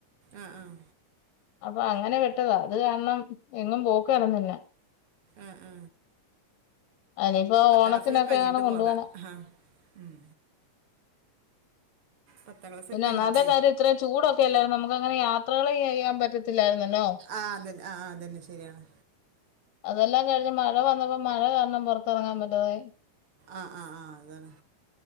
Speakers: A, on the right; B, on the left.
A: ആഹ് ആഹ്
B: അപ്പൊ അങ്ങനെ പെട്ടതാ അത് കാരണം എങ്ങും പോക്ക് നടന്നില്ല.
A: ആ ആ
B: ഇനിയിപ്പോ
A: പത്താം
B: ഓണത്തിനൊക്കെ
A: ക്ലാസ്സൊക്കെ കയ്ഞ്ഞിട്ട്
B: എങ്ങാനും
A: പോകാം
B: കൊണ്ടുപോണം
A: അഹാ ഉം. പത്താം ക്ലാസ്സൊക്കെ
B: പിന്നൊന്നാമത്തെ
A: കഴിഞ്ഞിട്ടേ
B: കാര്യം ഇത്രേം ചൂടൊക്കെയല്ലായിരുന്നോ അമുക്കങ്ങനെ യാത്രകള് ചെയ്യാൻ പറ്റത്തില്ലായിരുന്നല്ലോ?
A: ആഹ് അതെന്നെ ആഹ് അതെന്നെ ശെരിയാണ്.
B: അതെല്ലാം കഴിഞ്ഞ് മഴ വന്നപ്പൊ മഴ കാരണം പൊറത്തെറങ്ങാൻ പറ്റാതായി.
A: ആഹ് ആഹ് ആഹ് അതാണ്